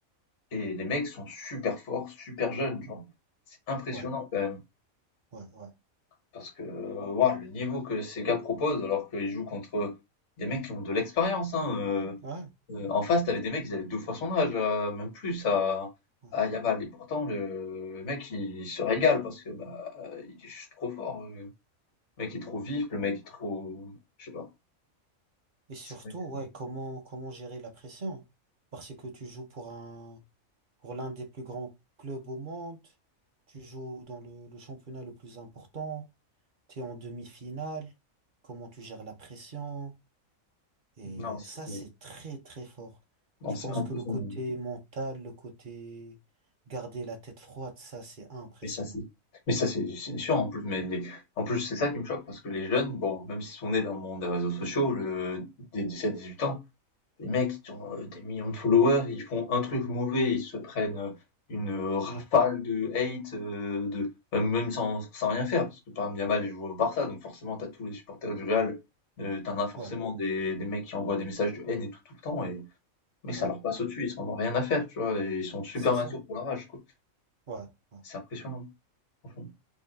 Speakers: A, on the left; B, on the right.
A: Et les mecs sont super forts, super jeunes, genre. C'est impressionnant
B: ouais,
A: quand même.
B: ouais, ouais,
A: Parce que waouh, le niveau que ces gars proposent, alors qu'ils jouent contre des mecs qui ont de l'expérience. Hein, euh,
B: ouais,
A: euh, en face, t'avais des mecs ils avaient deux fois son âge, euh, même plus à,
B: ouais.
A: à Yamal. Et pourtant, le, le mec, il se régale parce que bah, euh, il est juste trop fort. euh. Le mec est trop vif, le mec est trop... Je sais pas.
B: Et surtout,
A: C'est- vrai que-
B: ouais, comment, comment gérer la pression? Parce que tu joues pour un, pour l'un des plus grands clubs au monde, tu joues dans le, le championnat le plus important, tu es en demi-finale. Comment tu gères la pression? Et
A: Non, c'est
B: euh, ça, c'est très, très fort.
A: Non,
B: Je
A: c'est
B: pense
A: impressionnant.
B: que le côté mental, le côté garder la tête froide, ça, c'est impressionnant.
A: Mais ça, c'est mais ça, c'est c'est sûr, en plus, mais les en plus, c'est ça qui me choque parce que les jeunes, bon, même s'ils sont nés dans le monde des réseaux sociaux, le des dix-sept dix-huit ans, les mecs, ils ont, heu, des millions de followers, ils font un truc mauvais, ils se prennent, une, rafale
B: Ouais,
A: de hate, heu, de même même sans sans rien faire parce que, par exemple, Yamal, il joue au Barça, donc forcément, t'as tous les supporters du Real, heu, tu as forcément
B: ouais,
A: des des mecs qui envoient des messages de haine et tout, tout le temps et mais ça
B: ouais,
A: leur passe
B: ouais.
A: au-dessus, ils en ont rien à faire, tu vois? Et ils sont super
B: C'est ça.
A: matures pour leur âge, quoi.
B: Ouais, ouais.
A: C'est impressionnant. Franchement.